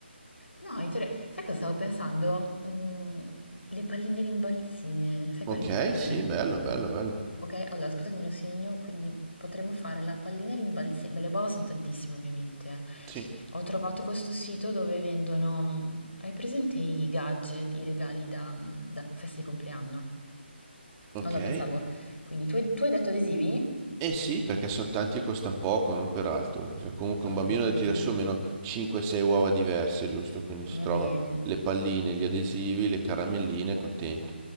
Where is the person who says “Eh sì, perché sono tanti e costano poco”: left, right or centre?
Right